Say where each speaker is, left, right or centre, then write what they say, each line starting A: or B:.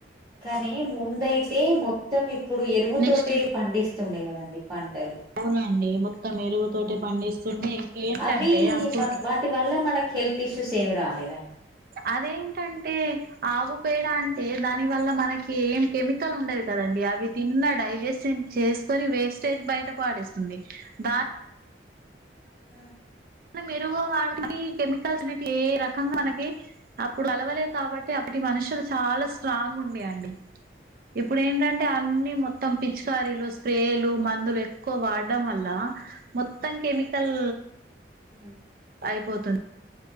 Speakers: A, on the right; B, on the right.
A: కానీ ముందయితే మొ మొత్తం ఇప్పుడు ఎరువుతోటే
B: నెక్స్ట్ ఇప్పుడు
A: పండిస్ స్తుండే కదండి పంటలు
B: అవునండి మొత్తం ఎరువుతోటే
A: హ్మ్మ్
B: పండిస్తుంది ఇంకేంటంటే
A: అవి
B: అప్పుడు
A: మన వాటి వల్ల మనకి హెల్త్ ఇష్యూస్ ఏమి రాలే ఏదండి
B: అదేంటంటే ఆవు పేడ అంటే దాని వల్ల మనకి ఏం కెమికల్ ఉండదు కదండి అవి తిన్న డైజెస్ చేసుకొని వేస్టేజ్ బయట పాటిస్తుంది దాని
A: ఉ
B: నా మెరుగుగ వాటిని కెమికల్స్ అనేవి ఏ రకంగా మనకి అప్పుడు కలవలేదు కాబట్టి అప్పటి మనుషులు చాలా స్ట్రాంగ్ ఉన్నయండి ఇప్పుడు ఏంటంటే అన్నీ మొ త్తం పిచికారీలు స్పేలు మందులు ఎక్కువ వాడడం వల్ల మొత్తం కెమికల్
A: హ
B: అయిపోతుంది